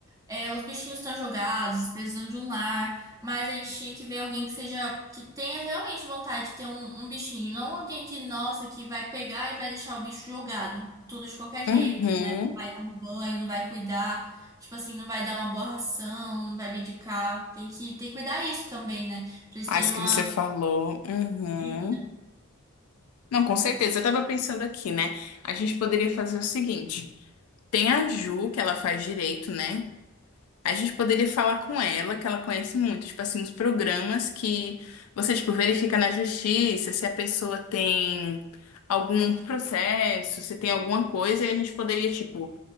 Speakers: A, on the right; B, on the left.
A: é, os bichinhos estão jogados, precisam de um lar, mas a gente tinha que ver alguém que seja, que tenha realmente vontade de ter um, um bichinho, não alguém que, nossa, que vai pegar e vai deixar o bicho jogado, tudo de qualquer jeito,
B: Uhum.
A: né? Não vai dar um banho, não vai cuidar, tipo assim, não vai dar uma boa ração, não vai medicar. Tem que ter que cuidar isso também, né? Pra eles
B: Ah,
A: terem
B: isso
A: uma
B: que você falou. Uhum.
A: de vida.
B: Não, com certeza. Eu tava pensando aqui, né? A gente poderia fazer o seguinte: tem a Ju, que ela faz direito, né? A gente poderia falar com ela, que ela conhece muito, tipo assim, uns programas que você, tipo, verifica na justiça se a pessoa tem algum processo, se tem alguma coisa, e a gente poderia, tipo,